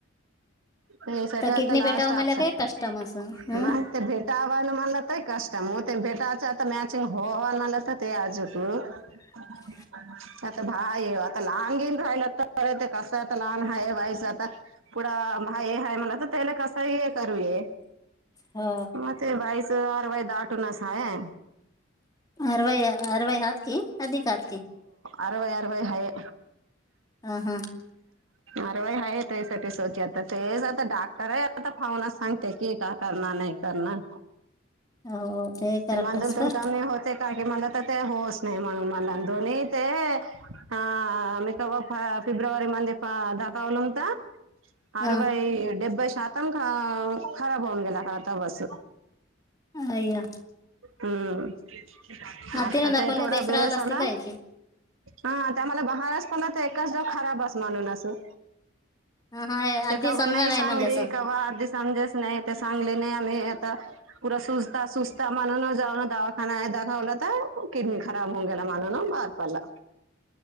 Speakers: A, on the right; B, on the left.
A: तेसाठी
B: किडनी
A: आता
B: भेटावं
A: लास्ट
B: मला
A: ऑपशन
B: काय कष्टम असं
A: <unintelligible>
B: हं?
A: <unintelligible>
B: <inaudible>
A: <inaudible> भाये आता लाहान गीन राहिला तर बरं ते कसंये आता लहान हाय बायच आता. पुढं भायी हाये मला तर त्याला कसंही ये करूये.
B: हो
A: हा ते भाईच अरवाय दाटूनच हाये.
B: अरवई अरवई हात की, अधिक हात की.
A: अरवई अरवई हाये.
B: ह हम
A: अरवाई हाये त्या साठी आता तेच, आता डाक्टर आहे आता पाहूना सांग. ते की का करणार, नाही करणार
B: हो करेक्टच
A: ते मांदलतून
B: पर
A: काम नाही होते. का की मला तर ते होउच नही म्हणून मला दोन्ही ते हा मी कवा फिब्रवारी मध्ये दाखवलं होतं.
B: हा
A: अरवाई डेबबई शातम ख खराब होऊन गेला खता बस.
B: अ्या
A: हम्म आता
B: आधीनं दाखवल्या
A: ते थोडा
B: राहिलं
A: बेस
B: असती
A: आला.
B: काय की
A: हा त्या मला बहारच पण तर एकच दाव खराबस म्हणून असं.
B: हा हा
A: ते
B: आधी
A: का
B: समजा
A: बा नाही सांगली,
B: म्हणलेस
A: का बा आधी समजे नाही ते सांगले नाही आम्ही आता पुरा सुस्ताा सुस्ता म्हणून जाऊन दवाखाना आहे दाखवलं तर, किडनी खराब होऊन गेला म्हणुन भार पडला.